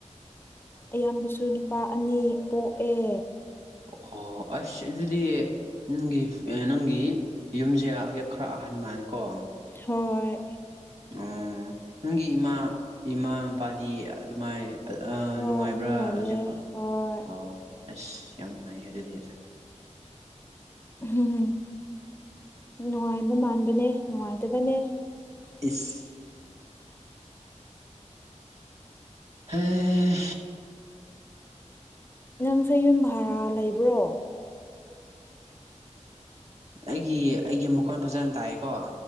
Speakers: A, on the left; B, on the right.
A: ꯑꯌꯥꯝꯕꯁꯨ ꯅꯨꯄꯥ ꯑꯅꯤ ꯄꯣꯛꯑꯦ
B: ꯑꯣ ꯑꯩꯁ ꯑꯗꯨꯗꯤ ꯅꯪꯒꯤ ꯅꯪꯒꯤ ꯌꯨꯝꯁꯦ ꯑꯌꯛ ꯈꯔ ꯑꯍꯟ ꯃꯥꯜꯂꯦꯀꯣ
A: ꯍꯣꯏ
B: ꯑꯣ ꯅꯪꯒꯤ ꯏꯃꯥ ꯏꯃꯥ ꯃꯄꯥꯗꯤ ꯑꯗꯨꯃꯥꯏ ꯑ
A: ꯍꯣꯏ
B: ꯅꯨꯡꯉꯥꯏꯕ꯭ꯔꯥ
A: ꯑꯗꯨꯝ ꯂꯩꯌꯦ
B: ꯍꯧꯖꯤꯛꯐꯥꯎ
A: ꯍꯣꯏ
B: ꯑꯣ ꯑꯩꯁ ꯌꯥꯝ ꯅꯨꯡꯉꯥꯏꯌꯦ ꯑꯗꯨꯗꯤ
A: ꯎꯝ ꯍꯝ ꯍꯝ ꯅꯨꯡꯉꯥꯏꯕ ꯃꯥꯟꯕꯅꯦ ꯅꯨꯡꯉꯥꯏꯇꯕꯅꯦ
B: ꯏꯁ ꯑ ꯍꯩ
A: ꯅꯪꯁꯦ ꯌꯨꯝ ꯚꯔꯥ ꯂꯩꯕ꯭ꯔꯣ
B: ꯑꯩꯒꯤ ꯑꯩꯒꯤ ꯃꯈꯣꯟ ꯐꯖꯅ ꯇꯥꯏꯌꯦꯀꯣ